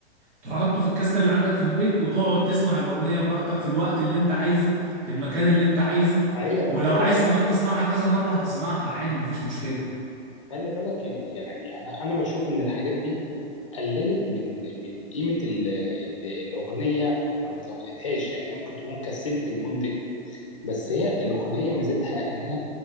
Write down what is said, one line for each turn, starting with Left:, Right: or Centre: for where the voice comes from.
Right: تحطه في الكاست اللي عندك في البيت وتقعد تسمع الأغنية براحتك في الوقت اللي انت عايزه في المكان اللي انت عايزه
Left: ايوه
Right: ولو
Left: خلي
Right: عايز
Left: بالك
Right: كمان تسمعها كذا مرة هتسمعها عادي مفيش مشكلة
Left: خلي بالك يعني انا انا بشوف ان الحاجات دي قللت من من قيمه ال ال الاغنيه ما زودتهاش يعني هي ممكن تكون كسبت المنتج بس هي الاغنيه ميزتها ان انا